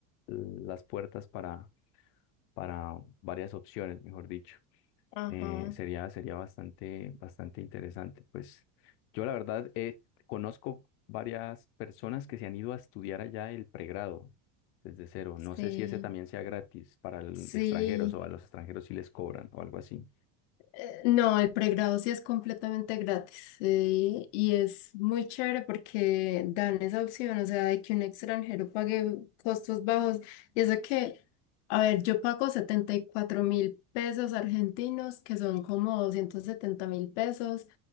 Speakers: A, on the left (about 30°); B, on the left (about 50°).
A: las puertas para, para varias opciones, mejor dicho.
B: Ajá,
A: Eh, sería, sería bastante, bastante interesante. Pues yo la verdad eh, conozco varias personas que se han ido a estudiar allá el pregrado desde cero. No
B: sí,
A: sé si ese también sea gratis para el-
B: sí.
A: extranjeros o a los extranjeros si les cobran o algo así.
B: Eh, No, el pregrado sí es completamente gratis eh, y es muy chévere porque dan esa opción, o sea, de que un extranjero pague costos bajos. Y eso que, a ver, yo pago 74 mil pesos argentinos, que son como 270 mil pesos,